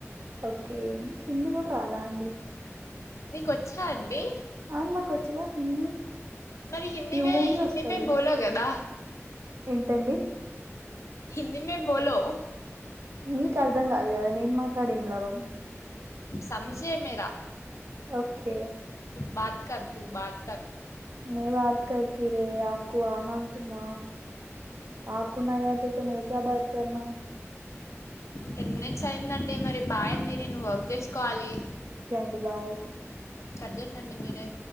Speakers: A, on the right (about 60°); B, on the left (about 75°).
A: ఓకే హింది కూడా రాదా అండి
B: నీకొచ్చా అండి
A: హా నాకొచ్చు కద హిందీ
B: మరి హిందీ
A: ఫ్లూయెంట్
B: మే
A: గా
B: హిందీ
A: వస్తది
B: మే బోలా కదా
A: ఏంటండి
B: హిందీ మే బోలో
A: మీకు అర్ధం కాదు కదా నేను మాట్లాడేం లాభం
B: సంజే మేరా
A: ఓకే
B: బత్ కర్ తు బాత్ కర్
A: మై బాత్ కర్ తురే ఆకువ నై మా ఆకున్నా అతేతు మే క్యా బాత్ కార్న హే
B: టెన్ మినిట్స్ అయిందండి మరి బాయ్ అండి నేను వర్క్ చేసుకోవాలి
A: ఓకే అండి బాయ్
B: కట్ చేయండండి మీరే